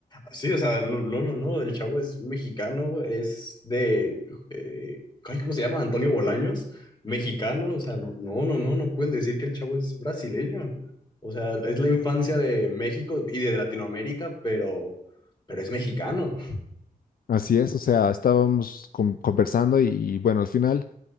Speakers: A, on the left; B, on the left.
A: Sí, o sea, no, no, no, no, el chavo es mexicano, es de, eh, ay, ¿cómo se llama? Antonio Bolaños, mexicano, o sea, no, no, no, no, no pueden decir que el chavo es brasileño. O sea, es la infancia de México y de Latinoamérica, pero, pero es mexicano.
B: Así es, o sea, estábamos con- conversando y, y bueno, al final...